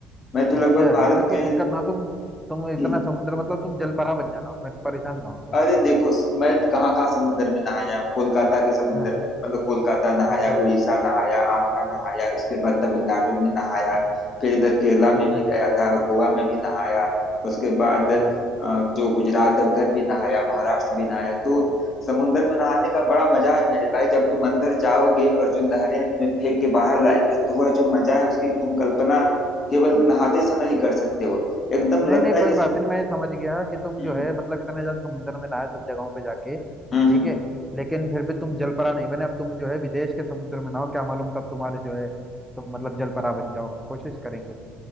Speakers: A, on the left (about 40°); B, in the centre.
A: मैं तो
B: अच्छा
A: लगभग भारत
B: मतलब कोई
A: के
B: दिक्कत ना तुम तुम इतना
A: हम्म,
B: समुद्र मतलब तुम जलपरा बन जाना उसमें परेशान ना हो तुम
A: अरे देखो स- मैं कहाँ कहाँ समुंदर में नहाया हूँ कोलकाता के समुंदर
B: हाँ
A: में मतलब कोलकाता नहाया
B: अच्छा
A: उड़ीसा नहाया आंध्रा नहाया उसके बाद तमिलनाडु में नहाया फिर इधर केरला में
B: अच्छा
A: भी गया था गोवा में भी नहाया उसके बाद अ,
B: हाँ
A: जो गुजरात है उधर भी नहाया महाराष्ट्र भी नहाया तो समुंदर में नहाने का बड़ा मजा है मेरे भाई जब तुम अंदर जाओगे और जो लहरें तुम्हें फेंक के बाहर लाएंगी तो वह जो मजा है उसकी तुम कल्पना केवल नहाते समय ही कर सकते हो एकदम
B: नहीं
A: लगता
B: नहीं कोई
A: है जैसे
B: बात नहीं मैं समझ गया कि तुम
A: हम्म
B: जो है मतलब इतना ज्यादा समुद्र में नहाए सब जगहों पे जाके ठीक
A: हम्म हम्म,
B: है
A: हम्म।
B: लेकिन फिर भी तुम जलपरा नहीं बने अब तुम जो है विदेश के समुद्र में नहाओ क्या मालूम तब तुम्हारे जो है तुम मतलब जलपरा बन जाओ कोशिश करेंगे